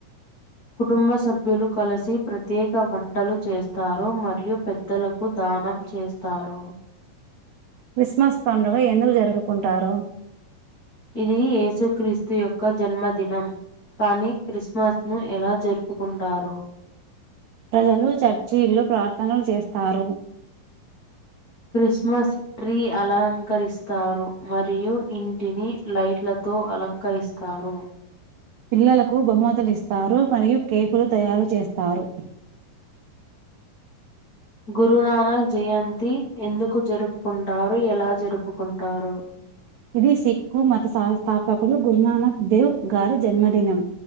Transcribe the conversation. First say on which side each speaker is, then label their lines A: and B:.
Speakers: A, on the left; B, on the right.
A: కుటుంబ సభ్యులు కలిసి ప్రత్యేక వంటలు చేస్తారు మరియు పెద్దలకు దానం చేస్తారు
B: క్రిస్మస్ పండుగ ఎందుకు జరుపుకుంటారు
A: ఇది యేసు క్రీస్తు యొక్క జన్మదినం, కానీ క్రిస్మస్ ను ఎలా జరుపుకుంటారో.
B: ప్రజలు చర్చిల్లో, ప్రార్థనలు చేస్తారు.
A: క్రిస్మస్ ట్రీ అలంకరిస్తారు మరియు ఇంటిని లైట్లతో అలంకరిస్తారు.
B: పిల్లలకు బహుమతులిస్తారు మరియు కేకులు తయారు చేస్తారు.
A: గురునానక్ జయంతి ఎందుకు జరుపుకుంటారు, ఎలా జరుపుకుంటారు.
B: ఇది సిక్కు మత సంస్థాపకుడు గురునానక్ దేవ్ గారి జన్మదినం.